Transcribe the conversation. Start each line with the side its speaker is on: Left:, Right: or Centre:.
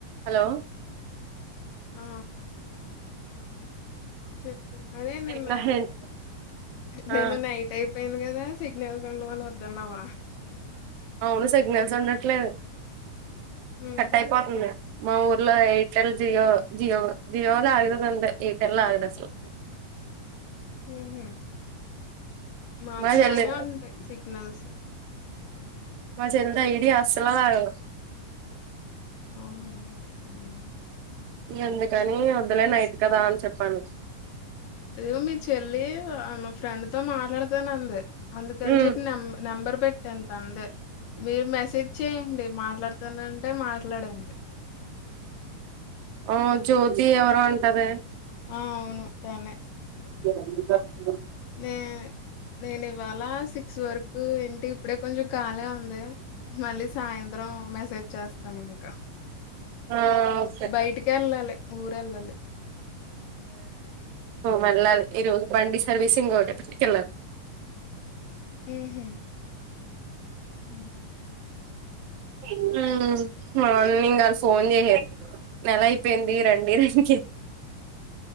Right: Hello
Left: ఆ చెప్పు అదే నిన్న
Right: నా హెడ్
Left: నిన్న
Right: ఆ
Left: నైట్ అయిపోయింది కదా సిగ్నేెల్ సౌండ్ వల్ల వద్దన్నవ్వ
Right: అవును సిగ్నల్స్ ఉండట్లేదు
Left: హుహు.
Right: కట్ అయిపోతుంది మా ఊర్లో ఏయిర్టెల్ జియో జియో జియోనే అగుతాదాంతే ఏయిర్టెల్ ఆగదసలు
Left: ఉహు మాకు
Right: మా చెల్లి
Left: బానే ఉంటాయి సిగ్నల్స్
Right: మా సెల్ ద ఇడి <unintelligible> అసలు ఆగదు
Left: ఆహా ఉమ్
Right: ఎందుకని వదులే, నైట్ కదా అని చెప్పాను
Left: ఇదిగో మీ చెల్లి, మా ఫ్రెండ్ తో మాట్లాడుతానంది అందుకని
Right: ఉమ్
Left: చెప్పి నెం నెంబర్ పెట్టా దందే మీరు మెసేజ్ చెయండి మాట్లాడుతనంటే మాట్లాడండి
Right: ఆ జ్యోతి ఎవరో ఉంటది
Left: ఆ! అవును. తనే.
Right: శిరీష <inaudible>
Left: నే నేను ఇవాళ సిక్స్ వరకు ఏంటి ఇప్పుడే కొంచెం ఖాళే ఉంది మళ్ళీ సాయంత్రం మెసేజ్ చేస్తాను ఇంకా
Right: ఆ ఓకే
Left: బయటికెల్లాలి ఊరెళ్ళాలీ
Right: మళ్ళ ఈ రోజు బండి సర్వీసింగ్ ఉంటే పట్టుకెళ్లారు
Left: ఉహు ఉమ్.
Right: ఉమ్ మార్నింగ్ ఆళ్ళు ఫోన్ చేయారు నెల అయిపోయింది రండి రనికి